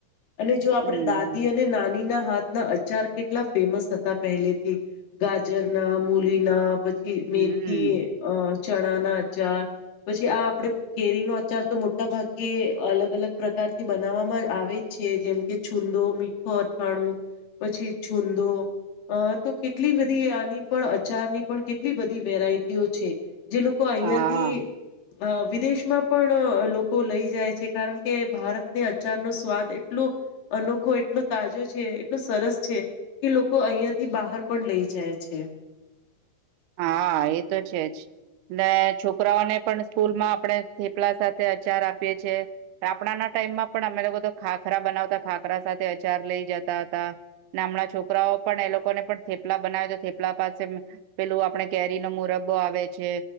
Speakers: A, on the left; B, on the right.
A: અને જો આપડી
B: હમ
A: દાદી અને નાની ના હાથ ના અચાર કેટલા ફેમસ હતા પહેલેથી ગાજરના, મુલીના. પછી
B: હમ
A: મેથી અ ચણા ના અચાર પછી આ આપડે કેરીનો અચાર તો મોટા ભાગે અલગ અલગ પ્રકાર થી બનાવવામાં આવે છે જેમ કે છુંંદો, મીઠો અથાણું પછી છુંંદો અ તો કેટલી બધી આની પણ અચારની પણ કેટલી બધી વેરાયટીઓ છે. જે લોકો અહયા
B: હા
A: થી અ વિદેશમાં પણ લોકો લઈ જાય છે કારણ કે ભારત અચાર નો સ્વાદ એટલો અનોખો એટલો તાજો છે એટલો સરસ છે કે લોકો અહિયાં થી બહાર પણ લઇ જાય છે.
B: હા એ તો છે જ ને છોકરાઓને પણ સ્કૂલ માં આપણે થેપલા સાથે આચાર આપીએ છીએ આપણા ના ટાઈમમાં પણ અમે લોકો તો ખાખરા બનાવતા ખાખરા સાથે અચાર લઈ જતા હતા અમના છોકરાઓ પણ એ લોકોને પણ થેપલા બનાવી તો થેપલા પાસે પેલું આપણે કેરીનો મુરબ્બો આવે છે